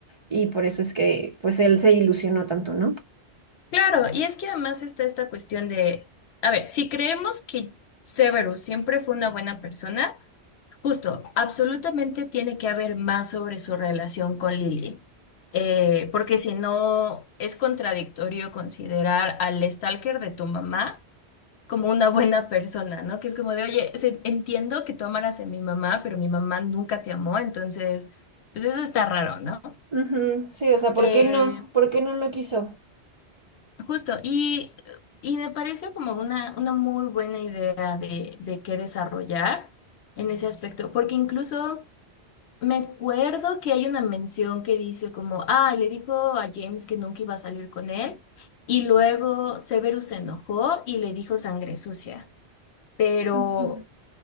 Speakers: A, on the right; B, on the left.
A: y por eso es que, pues él se ilusionó tanto, ¿no?
B: Claro, y es que además está esta cuestión de, a ver, si creemos que Severus siempre fue una buena persona, justo, absolutamente tiene que haber más sobre su relación con Lily, Eh, porque si no, es contradictorio considerar al stalker de tu mamá como una buena persona, ¿no? Que es como de, oye, se- entiendo que tú amaras a mi mamá, pero mi mamá nunca te amó, entonces, pues eso está raro, ¿no?
A: Ujú, Sí, o sea, ¿por
B: Eh,
A: qué no? ¿Por qué no lo quiso?
B: Justo, y, y me parece como una, una muy buena idea de, de qué desarrollar en ese aspecto, porque incluso me acuerdo que hay una mención que dice como, ah, le dijo a James que nunca iba a salir con él, y luego Severus se enojó y le dijo sangre sucia, pero
A: Ujú,